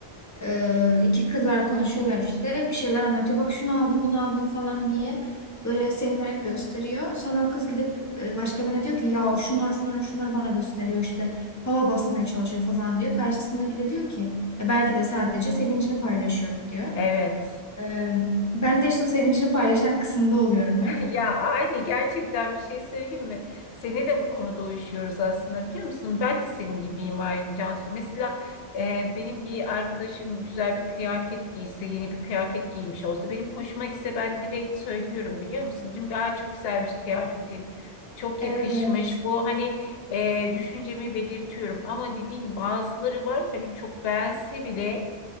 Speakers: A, on the left (about 25°); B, on the left (about 70°).
A: Ee, iki kız var konuşuyorlar işte. Bir şeyler anlatıyor. Bak şunu aldım, bunu aldım falan diye. Böyle sevinerek gösteriyor. Sonra o kız gidip e, başka birine diyor ki ya şunları şunları şunları bana gösteriyor işte. Hava basmaya çalışıyor falan diyor. Karşısındaki de diyor ki "E, belki de sadece sevincini paylaşıyordu diyor.
B: <laughs> Evet.
A: Ee, ben de işte o sevincini paylaşan kısımda oluyorum hep.
B: Ya aynı gerçekten bir şey söyleyeyim mi? Seni de bu konuda uyuşuyoruz aslında biliyor musun? Ben de senin gibiyim aynı Cansu. Mesela e, benim bir arkadaşım güzel bir kıyafet giyse, yeni bir kıyafet giymiş olsa benim hoşuma gitse ben direkt söylüyorum biliyor musun? Diyorum ki "Aa, çok güzelmiş kıyafetin. Çok
A: Evet.
B: yakışmış. Bu hani e, düşüncemi belirtiyorum. Ama dediğin gibi bazıları var hani çok beğense bile